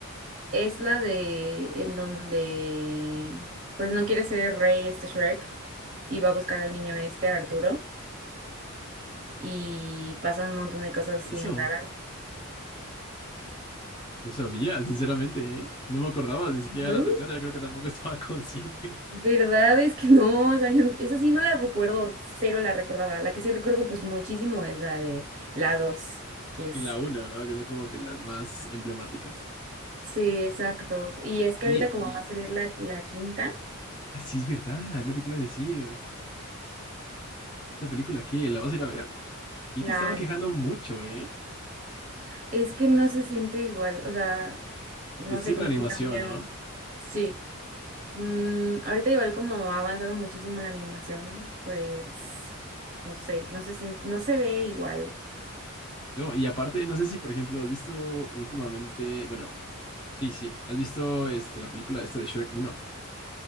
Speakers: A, on the right; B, on the left.
A: es la de en donde pues no quiere ser rey este Shrek y va a buscar al niño este Arturo. y pasan un montón de cosas
B: pasa eso?
A: bien raras.
B: No sabía, sinceramente, ¿eh? No me acordaba ni siquiera
A: ¿No?
B: de la tercera, yo creo que tampoco estaba <laughs> consciente.
A: ¿Verdad? Es que no, o sea, yo- esa sí no la recuerdo, cero la recordaba. La que sí recuerdo pues muchísimo es la de la 2 que es...
B: Y la una, ¿no? Que son como que las más emblemáticas.
A: Sí, exacto. Y es que
B: Oye,
A: ahorita como
B: y...
A: va a salir la, la quinta,
B: Ah, sí, es verdad, es lo que te iba a decir. güey. La quinta película, ¿qué? ¿La vas a ir a ver? Vi
A: la...
B: que estaban quejando mucho, ¿eh?
A: Es que no se siente igual, o sea, no
B: El estilo
A: sé, como
B: de animación,
A: que cambiaron.
B: ¿no?
A: Sí. Mm, ahorita igual como ha avanzado muchísimo la animación, pues, no sé, no se sien- no se ve igual.
B: So, y aparte, no sé si, por ejemplo, has visto últimamente, bueno, sí, sí, has visto este, la película esta de Shrek uno